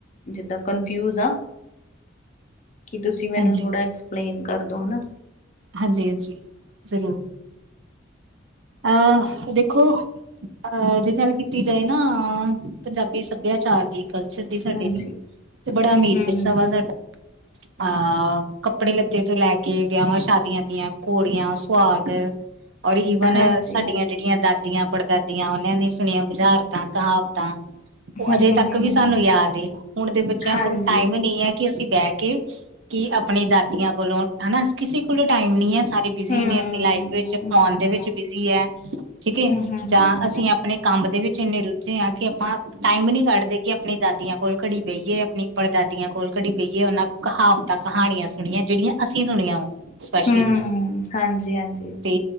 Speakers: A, on the left; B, on the right.
A: ਜਿੱਦਾਂ ਕਨਫਿਊਜ ਹਾਂ ਕੀ ਤੁਸੀਂ ਮੈਨੂੰ
B: ਹਾਂਜੀ,
A: ਥੋੜ੍ਹਾ ਐਕਸਪਲੇਨ ਕਰਦੋ ਹਨਾ
B: ਹਾਂਜੀ ਹਾਂਜੀ ਜ਼ਰੂਰ ਅਹ ਦੇਖੋ ਅਹ ਜੇ ਗੱਲ ਕੀਤੀ ਜਾਏ ਨਾ ਪੰਜਾਬੀ ਸੱਭਿਆਚਾਰ ਦੀ ਕ ਦੀ ਸਾਡੇ
A: ਹਾਂਜੀ
B: ਦੀ ਤੇ ਬੜਾ ਅਮੀਰ
A: ਹੂੰ
B: ਵਿਰਸਾ
A: ਹੂੰ
B: ਵਾ ਸਾਡਾ ਅਹ ਕੱਪੜੇ ਲੱਤੇ ਤੋਂ ਲੈ ਕੇ ਵਿਆਵਾਂ ਸ਼ਾਦੀ ਆਂ ਦੀਆਂ ਘੋੜੀਆਂ ਸੁਹਾਗ ਔਰ ਈਵਨ
A: ਹਾਂਜੀ
B: ਸਾਡੀਆਂ ਜਿਹੜੀਆਂ ਦਾਦੀਆਂ ਪੜਦਾਦੀਆਂ ਉਹਨਾਂ ਦੀ ਸੁਣੀਆਂ ਵੁਜ਼ਾਰਤਾਂ ਕਹਾਵਤਾਂ ਉਹ
A: ਹੂੰ
B: ਅਜੇ
A: ਹੂੰ
B: ਤੱਕ
A: ਹੂੰ
B: ਵੀ ਸਾਨੂੰ ਯਾਦ ਹੁਣ ਦੇ ਬੱਚਿਆਂ
A: ਹਾਂਜੀ
B: ਕੋਲ ਟਾਈਮ ਨਹੀਂ ਹੈ ਕਿ ਅਸੀਂ ਬਹਿ ਕੇ ਕਿ ਆਪਣੇ ਦਾਦੀਆਂ ਕੋਲੋਂ ਹਨਾ ਕਿਸੇ ਕੋਲ ਟਾਈਮ ਨੀ ਹੈ ਸਾਰੇ ਬਿਜ਼ੀ
A: ਹੂੰ
B: ਨੇ
A: ਹੂੰ
B: ਆਪਣੀ ਲਾਈਫ ਵਿੱਚ
A: ਹੂੰ
B: ਫੋਨ ਦੇ ਵਿੱਚ ਬਿਜ਼ੀ ਹੈ ਠੀਕ ਹੈ
A: ਹੂੰ
B: ਜਾਂ ਅਸੀਂ ਆਪਣੇ ਕੰਮ ਦੇ ਵਿੱਚ ਇੰਨੇ ਰੁੱਝੇ ਆ ਕਿ ਆਪਾਂ ਟਾਈਮ ਨੀ ਕੱਢਦੇ ਕਿ ਆਪਣੀ ਦਾਦੀਆਂ ਕੋਲ ਘੜੀ ਬਈਏ ਆਪਣੀ ਪੜਦਾਦੀਆਂ ਕੋਲ ਘੜੀ ਬਈਏ ਉਹਨਾਂ ਕੋਲ ਕਹਾਵਤਾਂ ਕਹਾਣੀਆਂ ਸੁਣੀਆਂ ਜਿਹੜੀਆਂ ਅਸੀਂ ਸੁਣੀਆਂ ਵਾ ਸਪੈਸ਼ਲੀ
A: ਹੂੰ ਹਾਂਜੀ ਹਾਂਜੀ
B: ਅਤੇ